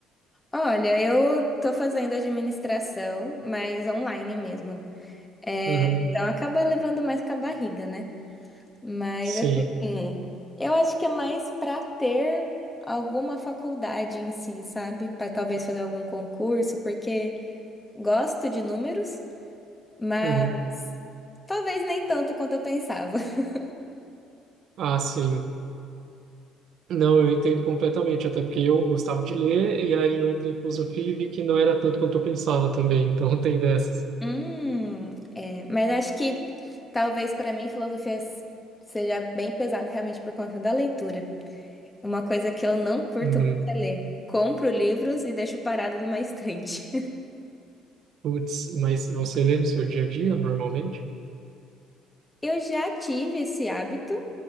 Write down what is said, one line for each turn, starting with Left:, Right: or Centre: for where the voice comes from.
Left: Olha, eu tô fazendo administração, mas online mesmo. É,
Right: Uhum,
Left: então acaba levando mais com a barriga, né? Mas
Right: sim.
Left: assim, eu acho que é mais pra ter alguma faculdade em si, sabe? Pra talvez fazer algum concurso, porque gosto de números. Mas
Right: Uhum.
Left: talvez nem tanto quanto eu pensava. <laughs>
Right: Ah, sim. Não, eu entendo completamente, até porque eu gostava de ler, e aí eu entrei em filosofia e vi que não era tanto quanto eu pensava também, então <laughs> tem dessas.
Left: Hum, é, mas acho que talvez para mim filosofia s- seja bem pesado realmente por conta da leitura. Uma coisa que eu não curto
Right: Uhum.
Left: muito é ler. Compro livros e deixo parado numa estante.
Right: Putz, mas você lê no seu dia a dia normalmente?
Left: <laughs> Eu já tive esse hábito,